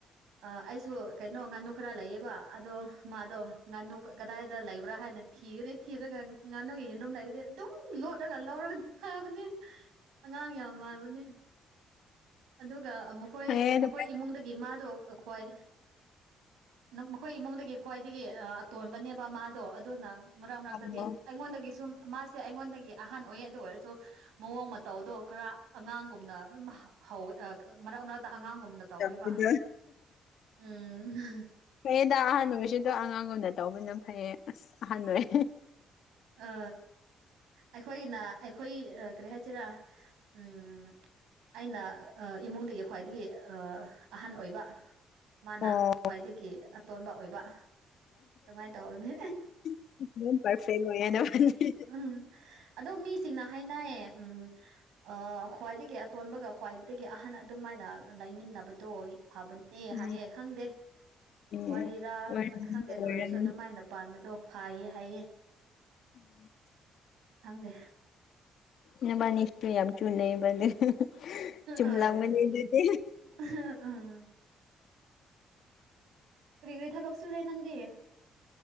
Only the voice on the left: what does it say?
ꯐꯩꯌꯦ ꯑꯗꯨꯃꯥꯏ
ꯇꯧꯕꯗꯣ
ꯇꯧꯕꯗꯣ
ꯐꯩꯌꯦꯗ ꯑꯍꯟ ꯑꯣꯏꯁꯨꯗꯣ ꯑꯉꯥꯡ ꯂꯨꯅ ꯇꯧꯕꯅ ꯐꯩꯌꯦ ꯑꯁ ꯑꯍꯟ ꯑꯣꯏ
ꯑꯣ
<unintelligible> ꯄꯔꯐꯦꯛ ꯑꯣꯏꯌꯦ ꯅꯕꯥꯅꯤ
ꯎꯝ
ꯑꯣꯏꯔꯝꯅꯤ
ꯑꯣꯏꯔꯝꯅꯤ
ꯎꯝ
ꯅꯕꯅꯤꯁꯨ ꯌꯥꯝ ꯆꯨꯅꯩꯕꯗꯨ ꯆꯨꯝ
ꯂꯒꯅꯤ ꯑꯗꯨꯗꯤ